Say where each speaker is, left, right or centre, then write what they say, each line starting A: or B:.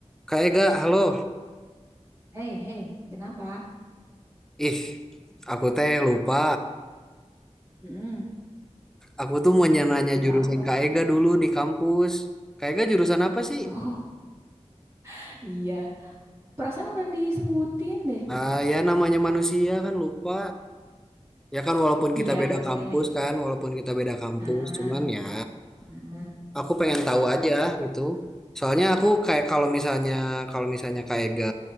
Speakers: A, in the centre; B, on the right.
A: Kak Ega, halo.
B: Hei, hei, kenapa?
A: Ih, aku teh lupa.
B: Mm-mm.
A: Aku tuh mau nanya
B: Lupa
A: jurusan
B: apa?
A: Kak Ega dulu di kampus. Kak Ega jurusan apa sih?
B: Oh, <laughs> iya. Perasaan udah disebutin deh.
A: Nah, ya namanya manusia kan lupa. Ya kan walaupun
B: Iya,
A: kita beda
B: udah.
A: kampus kan, walaupun kita beda kampus,
B: Heeh, heeh,
A: cuman ya
B: mm
A: aku pengen tahu aja gitu. Soalnya aku kayak kalau misalnya kalau misalnya Kak Ega